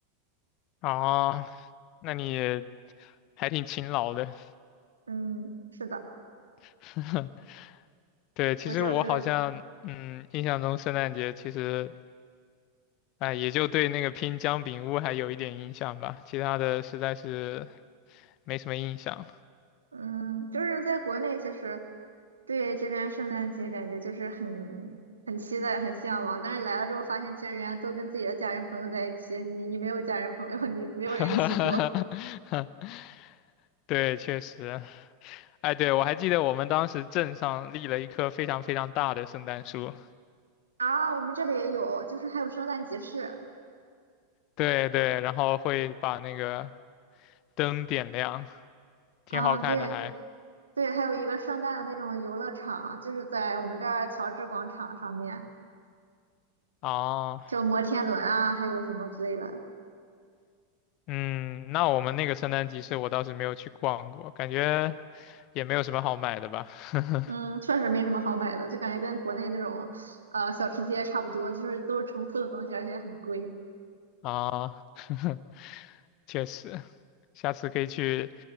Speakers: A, on the left (about 45°); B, on the right (about 75°).
A: 啊，那你还挺勤劳的。
B: 嗯，是的，
A: <laughs> 对，其实我好像，
B: 我就是
A: 嗯，印象中圣诞节其实，哎，也就对那个拼姜饼屋还有一点印象吧，其他的实在是没什么印象。
B: 嗯，就是在国内其实对这边圣诞节感觉就是很很期待、很向往，但是来了之后发现，其实人家都跟自己的家人朋友在一起，你你没有家人朋友，你没有人一起过。
A: <laughs> 对，确实，哎，对，我还记得我们当时镇上立了一棵非常非常大的圣诞树，
B: 啊，我们这里也有，就是还有圣诞集市，
A: 对对，然后会把那个灯点亮，挺好看的还。
B: 啊，对对，还有一个圣诞的那种游乐场，就是在我们这儿乔治广场上面，
A: 哦
B: 就摩天轮啊，还有什么之类的。
A: 嗯，那我们那个圣诞集市我倒是没有去逛过，感觉也没有什么好买的吧。<laughs>
B: 嗯，确实没什么好买的，就感觉跟国内那种呃小吃街差不多，就是都是重复的东西，而且很贵。
A: 啊，<laughs> 确实，下次可以去